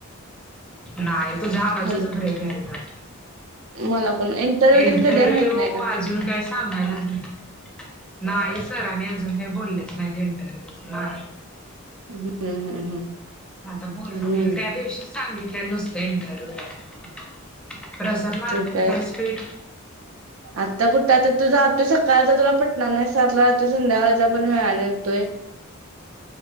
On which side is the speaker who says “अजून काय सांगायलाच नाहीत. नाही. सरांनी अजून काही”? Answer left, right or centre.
Centre